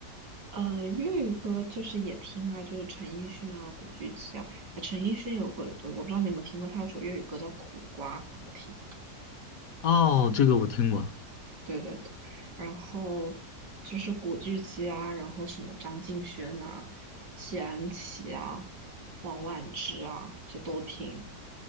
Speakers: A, on the right; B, on the left.
A: 呃，粤语歌就是也听啊，就是陈奕迅啊、古巨基啊。呃陈奕迅有个，我不知道你有没有听过，他有首粤语歌叫《苦瓜》，很好听。
B: 哦，这个我听过。
A: 对对对，然后就是古巨基啊，然后什么张敬轩啊、谢安琪啊、王菀之啊，就都听